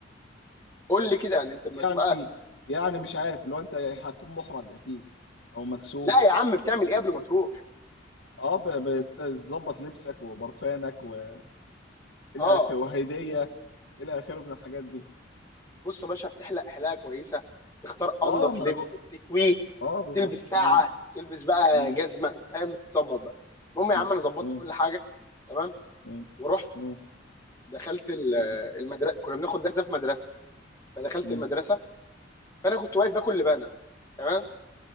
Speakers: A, on the left; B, on the left.
A: قول لي كده يعني انت لما
B: يعني
A: تبقى
B: يعني مش عارف اللي هو انت هتكون محرج اكيد او مكسوف
A: لا يا عم بتعمل ايه قبل ما تروح
B: اه ب- بتظبط لبسك وبرفانك والى
A: اه
B: اخره وهديه الى اخره من الحاجات دي
A: بص يا باشا بتحلق حلاقه كويسه تختار
B: اه
A: انضف
B: ما
A: لبس
B: انا بقول
A: بتكويه
B: اه بالظبط
A: تلبس ساعه
B: مم.
A: تلبس بقى
B: مم.
A: جزمه فاهم بتظبط بقى المهم
B: مم.
A: يا عم انا ظبطت
B: مم.
A: كل حاجه تمام
B: مم.
A: ورحت
B: مم.
A: دخلت
B: مم.
A: المدرسه كنا بناخد درس ده في مدرسه فدخلت
B: مم.
A: المدرسه فانا كنت واقف باكل لبانه تمام